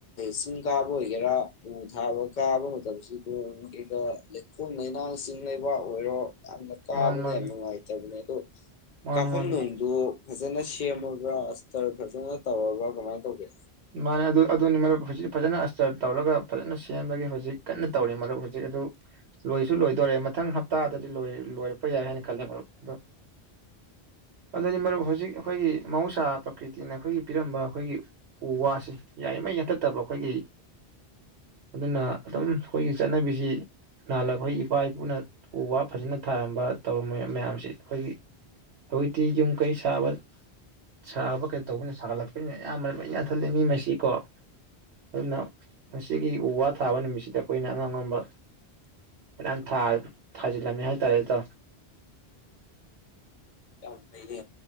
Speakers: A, on the left (about 55°); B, on the right (about 75°).
A: ꯆꯤꯡ ꯀꯥꯕ ꯑꯣꯏꯒꯦꯔꯥ ꯎ ꯊꯥꯕ ꯀꯥꯕ ꯃꯇꯝꯁꯤꯗ ꯀꯩꯀ ꯂꯩꯈꯣꯜ ꯂꯩꯩꯅꯥꯡ ꯆꯤꯡ ꯂꯩꯕꯥꯛ ꯑꯣꯏꯔꯣ ꯑ ꯀꯥꯕꯗ
B: ꯃꯥꯅꯤ
A: ꯌꯥꯝꯥ ꯅꯨꯪꯏꯇꯕꯅꯦ
B: ꯃꯥꯅꯤ
A: ꯀꯐꯝ
B: ꯃꯥꯅꯤ
A: ꯅꯣꯪ
B: ꯃꯥꯅꯤ
A: ꯗꯨ ꯐꯖꯅ ꯁꯦꯝꯃꯒ ꯑꯇꯔ ꯐꯖꯅ ꯇꯧꯔꯒ ꯀꯃꯥꯏꯅ ꯇꯧꯒꯦ
B: ꯃꯥꯅꯦ ꯑꯗꯨ ꯑꯗꯨꯅꯤ ꯃꯔꯨꯞ ꯍꯧꯖꯤꯛ ꯐꯖꯅ ꯑꯁꯇꯔ ꯇꯧꯔꯒ ꯐꯖꯅ ꯁꯦꯝꯕꯒꯤ ꯍꯧꯖꯤꯛ ꯀꯟꯅ ꯇꯧꯔꯤꯦ ꯃꯔꯨꯞ ꯍꯧꯖꯤꯛ ꯑꯗꯨ ꯂꯣꯏꯁꯨ ꯂꯣꯏꯗꯣꯔꯦ ꯃꯊꯪ ꯍꯞꯇꯥꯗꯗꯤ ꯂꯣꯏꯔꯛꯄ ꯌꯥꯏ ꯍꯥꯏꯅ ꯈꯂꯦ ꯃꯔꯨꯞ ꯑꯗ ꯑꯗꯨꯅꯤ ꯃꯔꯨꯞ ꯍꯧꯖꯤꯛ ꯑꯩꯈꯣꯏꯒꯤ ꯃꯍꯧꯁꯥ ꯄ꯭ꯔꯀꯤꯇꯤꯅ ꯑꯩꯈꯣꯏꯒꯤ ꯄꯤꯔꯝꯕ ꯑꯩꯈꯣꯏꯒꯤ ꯎ ꯋꯥꯁꯤ ꯌꯥꯔꯤꯉꯩ ꯌꯥꯟꯊꯠꯇꯕ ꯑꯩꯈꯣꯏꯒꯤ ꯑꯗꯨꯅ ꯑꯗꯨꯝ ꯑꯩꯈꯣꯏꯒꯤ ꯆꯠꯅꯕꯤꯁꯤ ꯅꯥꯍꯜꯂꯛ ꯑꯩꯈꯣꯏ ꯏꯄꯥ ꯏꯄꯨꯅ ꯎ ꯋꯥ ꯐꯖꯅ ꯊꯥꯔꯝꯕ ꯇꯧꯔꯝꯃꯤ ꯃꯌꯥꯝꯁꯤ ꯑꯩꯈꯣꯏꯒꯤ ꯍꯧꯖꯤꯛꯇꯤ ꯌꯨꯝ ꯀꯩ ꯁꯥꯕ ꯁꯥꯕ ꯀꯩ ꯇꯧꯕꯅꯤꯅ ꯁꯥꯒꯠꯂꯛꯄꯅꯤꯅ ꯑꯌꯥꯝꯕ ꯂꯣꯌ ꯌꯥꯊꯜꯜꯂꯤ ꯃꯤ ꯃꯁꯤꯀꯣ ꯑꯗꯨꯅ ꯉꯒꯤ ꯎ ꯋꯥ ꯊꯥꯕ ꯅꯨꯃꯤꯠꯁꯤꯗ ꯑꯩꯈꯣꯏꯅ ꯑꯉꯝ ꯑꯉꯝꯕ ꯃ ꯊꯥꯖꯤꯜꯂꯝꯃꯦ ꯍꯥꯏꯇꯥꯔꯦꯗꯣ
A: ꯌꯥꯝ ꯐꯩꯅꯦ